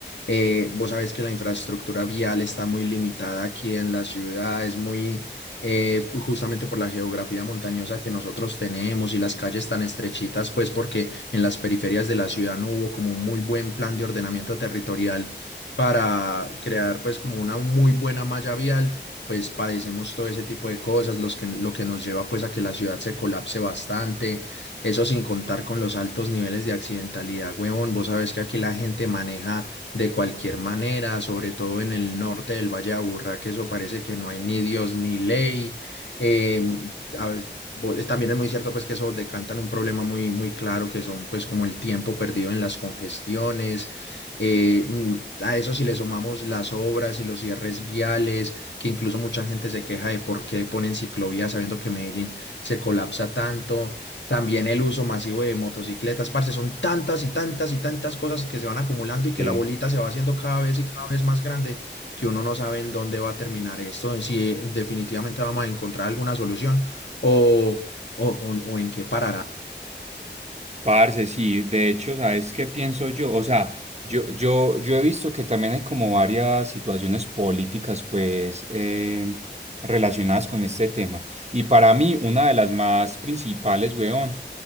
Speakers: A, on the left; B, on the right.
A: Eh, vos sabés que la infraestructura vial está muy limitada aquí en la ciudad, es muy eh, justamente por la geografía montañosa que nosotros tenemos y las calles tan estrechitas, pues porque en las periferias de la ciudad no hubo como un muy buen plan de ordenamiento territorial para crear pues como una muy buena malla vial pues padecemos todo ese tipo de cosas, los que, lo que nos lleva pues a que la ciudad se colapse bastante, eso sin contar con los altos niveles de accidentalidad, huevón, vos sabés que aquí la gente maneja de cualquier manera, sobre todo en el norte del Valle de Aburrá, que eso parece que no hay ni Dios ni ley, em, a veces- bo- es- También es muy cierto pues que eso decantan un problema muy muy claro que son pues como el tiempo perdido en las congestiones, eh, mm, a eso si le sumamos las obras y los cierres viales, que incluso mucha gente se queja de por qué ponen ciclovías sabiendo que Medellín se colapsa tanto, también el uso masivo de motocicletas, parce, son tantas y tantas y tantas cosas que se van acumulando y que
B: Eh,
A: la bolita se va haciendo cada vez y cada vez más grande, que uno no sabe en dónde va a terminar esto, en si definitivamente vamos a encontrar alguna solución o, o o- o en qué parará.
B: parce, sí, de hecho, ¿sabes qué pienso yo? O sea, yo, yo, yo he visto que también hay como varias situaciones políticas, pues, eh, relacionadas con este tema. Y para mí, una de las más principales, weón.